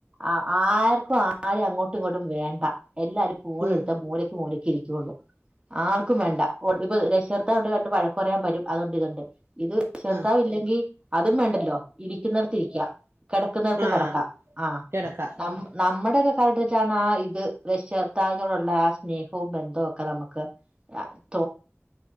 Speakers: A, on the right; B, on the right.
A: അ ആർക്കും ആരും അങ്ങോട്ടും ഇങ്ങോട്ടും വേണ്ട, എല്ലാരും ഫോണെടുത്ത
B: ഉം
A: മൂലക് മൂലക് ഇരിക്കൊള്ളൂ, ആർക്കും വേണ്ട. <unintelligible> പ്പത് രക്ഷകർത്താവുണ്ടെങ്കി രണ്ട് വഴക്ക് പറയാൻ വരും, അതുകൊണ്ട് ഇത്ണ്ട് ഇത് രക്ഷകർത്താവ്
B: ആഹ്
A: ഇല്ലെങ്കി അതും വേണ്ടല്ലോ, ഇരിക്കുന്നടത്തി ഇരിക്കാം കിടക്കുന്നടത്ത്
B: ആഹ്
A: കടക്കാം, ആഹ്.
B: കിടക്ക
A: അം നമ്മുടക്കെ കാലഘട്ടത്തില് വെച്ച ആ ഇത് രക്ഷകർത്താക്കളോടുള്ള ആ സ്നേഹവും ബന്ധവും ഒക്കെ നമുക്ക് <inaudible>